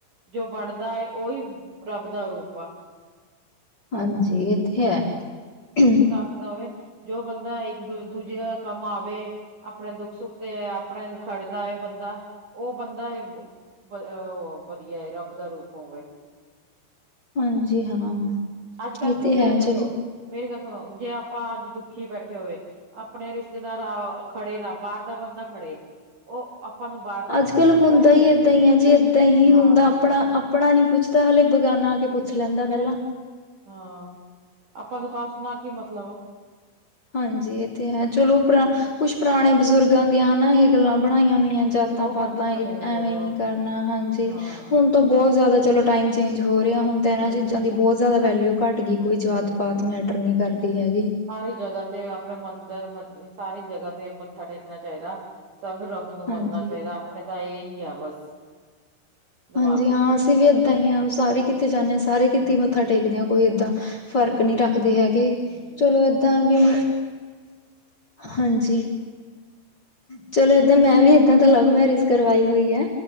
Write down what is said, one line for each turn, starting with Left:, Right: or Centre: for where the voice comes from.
Right: ਜੋ ਵੰਡਦਾ ਏ ਓਈ ਰੱਬ ਦਾ ਰੂਪ ਆ।
Left: ਹਾਂਜੀ, ਇਹ ਤੇ ਹੈ। ਹਮੂੰਅ
Right: ਦੱਸਦਾ ਓਏ। ਜੋ ਬੰਦਾ ਇੱਕ-ਦ-ਦੂਜੇ ਕੰਮ ਆਵੇ, ਆਪਣੇ ਦੁੱਖ-ਸੁੱਖ ਤੇ ਆਪਣੇ ਖੜਦਾ ਏ ਬੰਦਾ, ਉਹ ਬੰਦਾ ਵ-ਅਅ-ਵਧੀਆ ਏ ਰੱਬ ਦਾ ਰੂਪ ਹੋਵੇ।
Left: ਹਾਂਜੀ ਹਾਂ,
Right: ਅੱਜ ਕੱਲ੍ਹ
Left: ਇਹ
Right: ਤੁਸੀਂ
Left: ਤੇ ਹੈ
Right: ਦੱਸੋ
Left: ਚਲੋ।
Right: ਮੇਰੀ ਗੱਲ ਸੁਣੋ ਜੇ ਆਪਾਂ ਅੱਜ ਦੁੱਖੀ ਬੈਠੇ ਹੋਵੇ ਆਪਣੇ ਰਿਸ਼ਤੇਦਾਰ ਅਅ ਖੜੇ ਨਾ, ਬਾਹਰ ਦਾ ਬੰਦਾ ਖੜੇ ਉਹ ਆਪਾਂ ਨੂੰ ਬਾਹਰ ਦਾ ਬੰਦਾ
Left: ਅੱਜ-ਕੱਲ੍ਹ
Right: ਚੰਗਾ
Left: ਹੁੰਦਾ
Right: ਹੈ
Left: ਈ
Right: ਕਿ
Left: ਏਦਾਂ ਈਂ ਆਂ ਜੀ, ਏਦਾਂ ਹੀ
Right: ਹਾਂ
Left: ਹੁੰਦਾ ਆਪਣਾ ਆਪ ਆਪਣਾ ਨੀ ਪੁੱਛਦਾ ਹਲੇ ਬੇਗਾਨਾ ਆ ਕੇ ਪੁੱਛ ਲੈਂਦਾ ਪਹਿਲਾਂ
Right: ਫ ਹਾਂ, ਆਪਾਂ ਨੂੰ ਕਾਸਟ ਨਾਲ ਕੀ ਮਤਲਬ ਆ?
Left: ਹਾਂਜੀ ਇਹ ਤੇ ਹੈ, ਚਲੋ ਪਰਾ
Right: ਉਹੀ ਨਾ
Left: ਕੁਛ ਪੁਰਾਣੇ ਬਜ਼ੁਰਗਾਂ ਦੀਆਂ ਹਨਾ ਇਹ ਗੱਲਾਂ ਬਣਾਈਆਂ ਹੋਈਆਂ। ਜਾਤਾਂ-ਪਾਤਾਂ
Right: ਉਹ ਬੰਦ ਕਰ
Left: ਏ-ਐਵੇਂ
Right: ਦੇਣਾ ਚਾਹੀਦਾ
Left: ਨੀ ਕਰਨਾ ਹਾਂਜੀ
Right: ਹਾਂ
Left: ਹੁਣ ਤਾਂ ਬਹੁਤ ਜ਼ਿਆਦਾ ਚਲੋ ਟਾਈਮ ਚੇਂਜ ਹੋ ਰਿਹਾ ਹੁਣ ਤਾਂ ਇਹਨਾਂ
Right: ਉਹੀ
Left: ਚੀਜ਼ਾਂ
Right: ਨਾ
Left: ਦੀ ਬਹੁਤ ਜ਼ਿਆਦਾ ਵੈਲਿਊ ਘੱਟ ਗਈ। ਕੋਈ
Right: ਹਮ
Left: ਜਾਤ- ਪਾਤ
Right: ਹਮ
Left: ਮੈਟਰ ਨਹੀਂ ਕਰਦੀ ਹੈਗੀ।
Right: ਸਾਰੀ ਜਗ੍ਹਾ ਤੇ ਆਪਣੇ ਮੰਦਿਰ ਸਾਰੀ ਜਗ੍ਹਾ ਤੇ ਮੱਥਾ ਟੇਕਣਾ ਚਾਹੀਦਾ ਸਭ ਰ ਬ ਨੂੰ
Left: ਹਾਂਜੀ
Right: ਮੰਨਣਾ ਚਾਹੀਦਾ ਆਪਣੇ ਤਾਂ ਇਹਹੀ ਆ ਬਸ। ਦਿਮਾਗ
Left: ਹਾਂਜੀ
Right: ਵਿੱਚ
Left: ਹਾਂ ਅਸੀਂ ਵੀ ਏਦਾਂ ਹੀ ਹਾਂ ਸਾਰੇ ਕਿੱਤੇ ਜਾਂਦੇ ਹਾਂ, ਸਾਰੇ ਕਿਤੇ
Right: ਹਾਂ
Left: ਮੱਥਾ ਟੇਕਦੇ ਹਾਂ। ਕੋਈ ਏਦਾਂ ਫ਼ਰਕ ਨਹੀਂ ਰੱਖਦੇ ਹੈਗੇ,
Right: ਹਮ
Left: ਚਲੋ ਏਦਾਂ ਵੀ, ਹਾਂਜੀ ਚਲੋ ਏਦਾਂ ਮੈਂ ਵੀ ਏਦਾਂ ਤਾਂ ਲਵ ਮੈਰਿਜ ਕਰਵਾਈ ਹੋਈ ਹੈ।